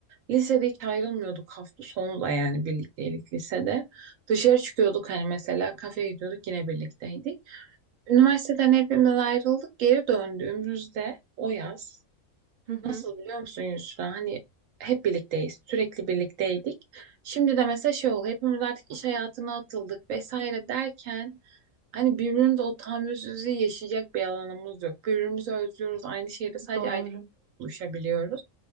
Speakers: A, on the right; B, on the right.
A: Lisede hiç ayrılmıyorduk hafta sonu da yani birlikteydik lisede. Dışarı çıkıyorduk hani mesela kafeye gidiyorduk yine birlikteydik. Üniversiteden hepimiz ayrıldık. Geri döndüğümüzde o yaz
B: hı hı.
A: Nasıl biliyor musun Yusra? Hani hep birlikteyiz. Sürekli birlikteydik. Şimdi de mesela şey oldu. Hepimiz artık iş hayatına atıldık vesaire derken hani birbirimize o tahammülsüzlüğü yaşayacak bir alanımız yok. Birbirimizi özlüyoruz. Aynı şehirde sadece
B: Doğru.
A: ayrı buluşabiliyoruz.